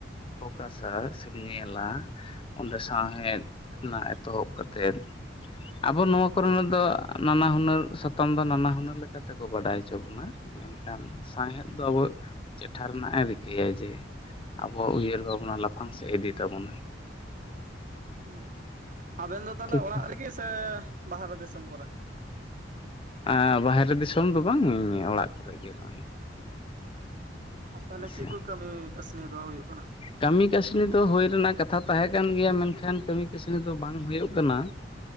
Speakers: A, on the left; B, on the right.
A: ᱯᱷᱳᱠᱟᱥᱟ ᱥᱮᱢ ᱧᱮᱞᱟ ᱚᱸᱰᱮ ᱥᱟᱶᱦᱮᱫ ᱨᱮᱱᱟᱜ ᱮᱛᱚᱦᱚᱵ ᱠᱟᱛᱮᱫ ᱟᱵᱚ ᱱᱚᱣᱟ ᱠᱚᱨᱮᱱᱟᱜ ᱫᱚ ᱱᱟᱱᱟ ᱦᱩᱱᱟᱹᱨ ᱥᱟᱛᱟᱢ ᱫᱚ ᱱᱟᱱᱟᱦᱩᱱᱟᱹᱨ ᱞᱮ ᱠᱟᱛᱮ ᱠᱚ ᱵᱟᱰᱟᱭ ᱪᱚ ᱵᱚᱱᱟ ᱢᱮᱱᱠᱷᱟᱱ ᱥᱟᱶᱦᱮᱫ ᱫᱚ ᱟᱵᱚ ᱪᱮᱴᱷᱟ ᱨᱮᱱᱟᱜ ᱮ ᱨᱤᱠᱟᱹᱭᱟ ᱡᱮ ᱟᱵᱚᱣᱟᱜ ᱩᱭᱦᱟᱹᱨ ᱵᱷᱟᱵᱚᱱᱟ ᱞᱟᱯᱷᱟᱝ ᱥᱮᱫ ᱮ ᱤᱫᱤ ᱛᱟᱵᱚᱱᱟᱭ
B: ᱩᱸ ᱟᱵᱮᱱ ᱫᱚ ᱛᱟᱦᱞᱮ
A: ᱴᱷᱤᱠ
B: ᱚᱲᱟᱜ
A: ᱥᱟᱺᱦᱤᱡ
B: ᱨᱮᱜᱮ ᱥᱮ ᱵᱟᱦᱨᱮ ᱫᱤᱥᱚᱢ ᱠᱚᱨᱮ
A: ᱮ ᱵᱟᱦᱨᱮ ᱫᱤᱥᱚᱢ ᱫᱚ ᱵᱟᱝ ᱚᱲᱟᱜ ᱠᱚᱨᱮ ᱜᱮ ᱱᱚᱜᱼᱚᱭ
B: ᱟᱨ ᱛᱟᱦᱚᱞᱮ
A: ᱦᱮᱸᱥᱮ
B: ᱪᱮᱫ ᱠᱚ ᱠᱟᱹᱢᱤ ᱠᱟᱹᱥᱱᱤ ᱫᱚ ᱦᱩᱭᱩᱜ ᱠᱟᱱᱟ
A: ᱠᱟᱹᱢᱤ ᱠᱟᱹᱥᱱᱤ ᱫᱚ ᱦᱩᱭ ᱨᱮᱱᱟᱜ ᱠᱟᱛᱷᱟ ᱛᱟᱦᱮᱸ ᱠᱟᱱ ᱜᱮᱭᱟ ᱢᱮᱱᱠᱷᱟᱱ ᱠᱟᱹᱢᱤ ᱠᱟᱹᱥᱱᱤ ᱫᱚ ᱵᱟᱝ ᱦᱩᱭᱩᱜ ᱠᱟᱱᱟ